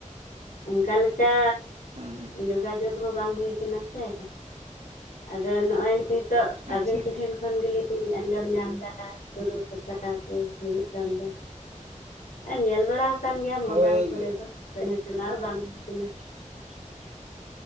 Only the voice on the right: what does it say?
ᱦᱮᱸ
ᱟᱪᱪᱷᱟ
ᱦᱳᱭ
<inaudible>